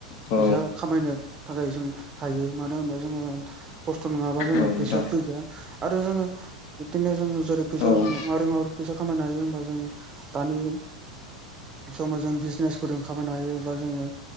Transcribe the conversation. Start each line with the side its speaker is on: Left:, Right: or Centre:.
Left: औ
Right: फैसा खामायनो थाखाय जों हायो मानो होनोबा जोङो खस्थ' नङाबा जोङो
Left: औ नोंथां
Right: फैसा फैया आरो जोङो बिदिनो जोङो जेरै फैसा
Left: औ
Right: माबोरै-माबोरै फैसा खामायनो हायो हमबा जोङो दानि समाव जों बिजनेसफोरजों खामायनो हायो बा जोङो